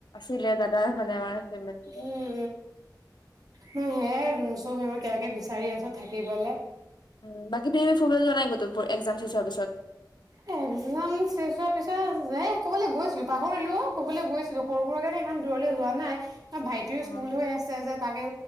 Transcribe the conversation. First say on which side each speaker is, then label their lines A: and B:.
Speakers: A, on the left; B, on the right.
A: ছিলে দাদা মানে আমাৰ ফেমিলিঅ
B: উম উম সেয়া ৰুম - চোম সেইবোৰ কিবা কিবি বিচাৰি আছো থাকিবলে।
A: উম বাকী তুমি ফুৰিবলৈ যোৱা নাই ক'তো এক্জাম চেকজামৰ পিছত?
B: এক্জাম চেচ হোৱাৰ পিছত এ কবালৈ গৈছিলো পাহৰিলো অ কবলৈ গৈছিলো সৰু সুৰা কাৰণে ইমান দূৰলৈ যোৱা নাই। অ ভাইটিৰো
A: অ',
B: স্কুল হৈ আছে যে তাকে